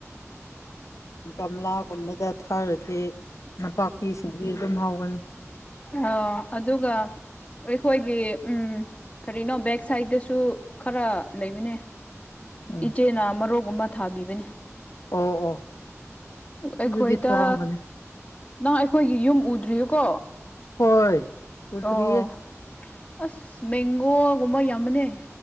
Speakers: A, on the left; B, on the left.
A: ꯒꯝꯂꯥꯒꯨꯝꯕꯗ ꯊꯥꯔꯗꯤ ꯅꯄꯥꯛꯄꯤꯁꯤꯡꯗꯤ ꯑꯗꯨꯝ ꯍꯧꯒꯅꯤ
B: ꯑꯣ ꯑꯗꯨꯒ ꯑꯩꯈꯣꯏꯒꯤ ꯎꯝ ꯀꯔꯤꯅꯣ ꯕꯦꯛ ꯁꯥꯏꯗꯠꯇꯁꯨ ꯈꯔ ꯂꯩꯕꯅꯦ
A: ꯎꯝ
B: ꯏꯆꯦꯅ ꯃꯔꯣꯛꯒꯨꯝꯕ ꯊꯥꯕꯤꯕꯅꯤ
A: ꯑꯣ ꯑꯣ
B: ꯑꯩꯈꯣꯏꯗ
A: ꯑꯗꯨꯗꯤ ꯊꯣꯔꯝꯒꯅꯤ
B: ꯅꯪ ꯑꯩꯈꯣꯏꯒꯤ ꯌꯨꯝ ꯎꯗ꯭ꯔꯤꯌꯦꯀꯣ
A: ꯍꯣꯏ ꯎꯗ꯭ꯔꯤꯌꯦ
B: ꯑꯣ ꯑꯁ ꯃꯦꯡꯒꯣꯒꯨꯝꯕ ꯌꯥꯝꯕꯅꯦ